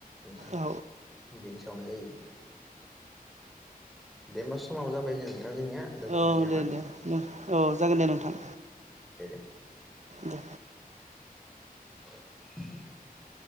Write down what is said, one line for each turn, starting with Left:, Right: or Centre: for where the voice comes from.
Centre: ओम
Right: औ
Centre: बिदि सावनाय जायो दे होमबा समाबो जाबाय जोंना नोंथां जोंनिया। दोनथ'नोसै
Right: औ
Centre: नामा
Right: दे दे ओम जागोन दे नोंथां।
Centre: दे दे।
Right: दे
Centre: <inaudible>